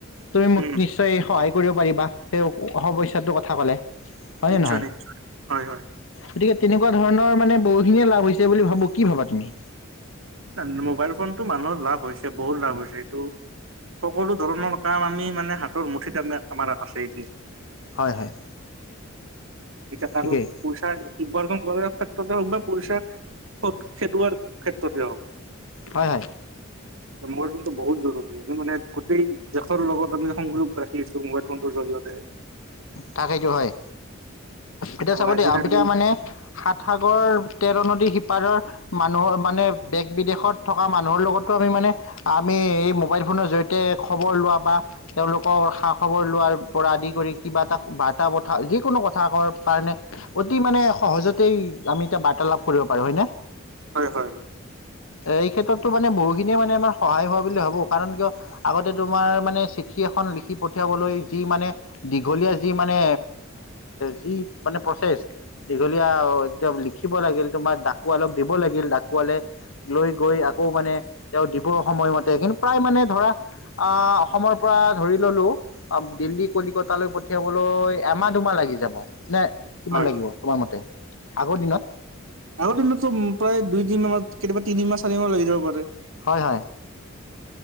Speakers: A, on the left; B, on the right.
A: তুমি মোক
B: উম
A: নিশ্চয় সহায় কৰিব পাৰিবা সেই সমস্যাটো কথা কলে। হয়নে
B: নিশ্চয়
A: নহয়?
B: নিশ্চয় হয় হয়।
A: গতিকে তেনেকুৱা ধৰণৰ মানে বহুখিনিয়ে লাভ হৈছে বুলি ভাবো কি ভাবা তুমি?
B: নাই ন মোবাইল ফোনটো মানুহৰ লাভ হৈছে বহুত লাভ হৈছে এইটো। সকলো ধৰণৰ কাম আমি মানে হাতৰ মুঠিত আম আমাৰ আছে এতিয়া।
A: হয় - হয়।
B: এতি কাৰো
A: ঠিকেই।
B: পইচা ইবাৰন ক্ৰ সময় পচা খেদোৱাৰ ক্ষেত্ৰতে হও।
A: হয় - হয়।
B: মইটো বহুত জৰুৰী এনে মানে গোটেই দেশৰ লগত আমি সংয ৰাখিছো মোবাইল ফোনটোৰ জৰিয়তে।
A: থাকেইটো হয়। এতিয়া
B: ত'
A: চাব
B: আজিকালি
A: দিয়া এতিয়া মানে সাত সাগৰ তেৰ নদী সিপাৰৰ মানুহৰ মানে দেশ বিদেশত থকা মানুহৰ লগতো আমি মানে। আমি এই মোবাইল ফোনৰ জৰিয়তে খবৰ লোৱা বা তেওলোকৰ সা খবৰ লোৱাৰ পৰা আদি কৰি। কিবা এটা বাৰ্তা বথা যিকোনো কথা কৰ কাৰণে অতি মানে সহজতেই আমি এতিয়া বাৰ্তালাপ কৰিব পাৰো হয় ন।
B: হয় - হয়।
A: এই ক্ষেত্ৰতো মানে বহুখিনিয়ে মানে আমাৰ সহায় হোৱা বুলি ভাবো কাৰণ কিয় আগতে তোমাৰ মানে। পুঠি এখন লিখি পঠিয়াবলৈ যি মানে দীঘলীয়া যি মানে যি মানে প্ৰচেছ দীঘলীয়া এতি লিখিব লাগিল তোমাৰ ডাকুৱালক দিব লাগিল ডাকুৱালে। লৈ গৈ আকৌ মানে তেও দিবপ সময়মতে কিন্তু প্ৰায় মানে ধৰা আহ অসমৰ পৰা ধৰি ললো অ, দিল্লী কলিকতালৈ পঠিয়াবলৈ এমাহ দুমাহ লাগি যাব। নে কিমান
B: হয়।
A: লাগিব তোমাৰ মতে। আগৰ দিনত
B: আগৰ দিনতো প্ৰায় দুইদিন ম কেতিয়াবা তিনিমাহ চাৰি মাহ লাগি যাব পাৰে।
A: হয় - হয়